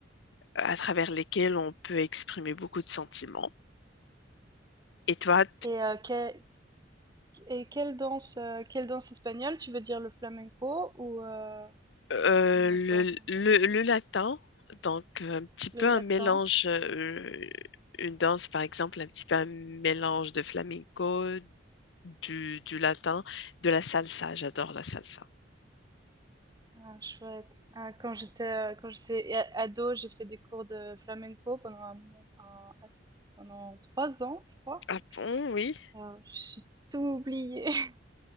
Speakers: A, on the left (about 65°); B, on the right (about 20°).
A: à travers lesquelles on peut exprimer beaucoup de sentiments. Et toi,
B: et, euh, que- et quelle danse, euh, quelle danse espagnole? Tu veux dire le flamenco ou euh,
A: Euh,
B: une autre
A: le,
B: danse un peu?
A: le- le latin, donc euh, un petit peu
B: Le latin?
A: un mélange, euh, une danse par exemple, un petit peu un mélange de flamenco, du, du latin, de la salsa, j'adore la salsa.
B: Ah, chouette. Ah, quand j'étais euh, quand j'étais a- ado, j'ai fait des cours de flamenco pendant un, mo- un- pendant trois ans, je crois.
A: Ah bon, oui.
B: Alors, j'ai tout oublié.